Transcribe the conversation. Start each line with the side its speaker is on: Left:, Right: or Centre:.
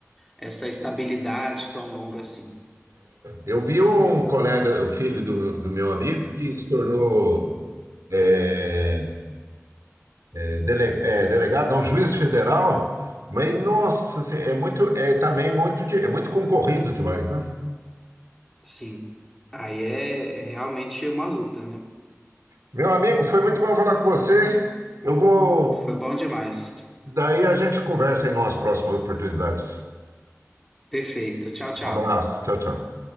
Centre: essa estabilidade tão longa assim.
Right: Eu vi um colega, o filho do, do meu amigo, que se tornou é, é, dele- é, delegado, não, juiz federal, mas nossa, assim, é muito, é também muito, de- é muito concorrido demais, né?
Centre: Sim. Aí é é realmente uma luta, né?
Right: Meu amigo, foi muito bom falar com você. Eu vou,
Centre: Foi bom demais.
Right: daí a gente conversa em umas próximas oportunidades.
Centre: Perfeito. Tchau, tchau.
Right: Um abraço, tchau, tchau.